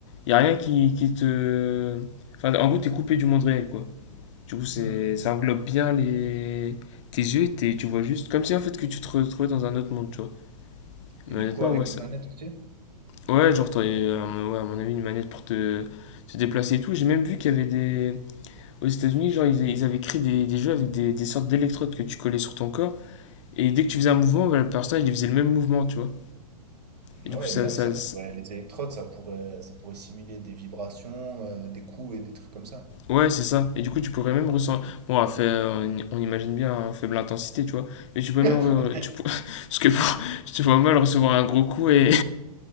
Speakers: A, on the left (about 50°); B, on the right (about 80°).
A: y a rien qui, qui te, enfin, en gros, t'es coupé du monde réel, quoi. Du coup, c'est,
B: Mhm.
A: ça englobe bien les, tes yeux et t'es- tu vois juste, comme si en fait que tu te retrouvais dans un autre monde, tu vois.
B: Et
A: Mais
B: du
A: honnêtement,
B: coup, avec
A: ouais, ça,
B: une manette aussi?
A: ouais, genre, t'aurais, euh, ouais, à mon avis, une manette pour te, te déplacer et tout. J'ai même vu qu'il y avait des, aux États-Unis, genre, ils, ils avaient créé des, des jeux avec des, des sortes d'électrodes que tu collais sur ton corps. Et dès que tu faisais un mouvement, bah, le personnage il faisait le même mouvement, tu vois. Et du
B: Ouais,
A: coup, ça.
B: même
A: ça-
B: ça pourrait,
A: ça-
B: les électrodes, ça pourrait, ça pourrait simuler des vibrations, euh, des coups et des trucs comme ça.
A: Ouais, c'est ça. Et du coup, tu pourrais même ressentir. Bon, à fait, on, on imagine bien à faible intensité, tu vois. Mais tu peux
B: <laughs>
A: même. re- Tu... pour- <laughs> Parce que pour- je te vois mal recevoir un gros coup et.